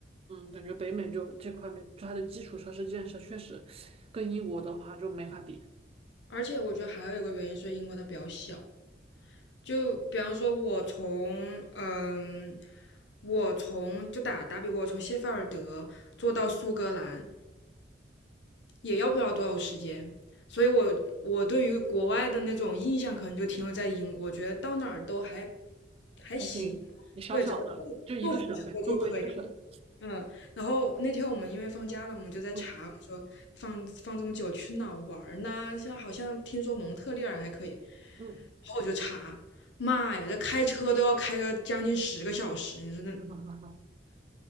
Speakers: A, on the right; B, on the left.
A: 嗯，感觉北美就这块面，就它的基础设施建设确实跟英国的话就没法比，
B: 而且我觉得还有一个原因是英国它比较小，就比方说我，从嗯，我从就打打比，我从谢菲尔德坐到苏格兰也要不了多少时间，所以我我对于国外的那种印象可能就停留在英国，觉得到哪儿都还还行，
A: 还行，你小小的就一个省呗，
B: 对，只要坐坐火车就可以。
A: 中国一个省，
B: 嗯，然后那天我们因为放假了，我们就在查，
A: 嗯。
B: 我说放放这么久去哪儿玩儿呢？像好像听说蒙特利尔还可以，然后我就查，
A: 嗯，
B: 妈呀，这开车都要开个将近十个小时，你说那
A: <laughs>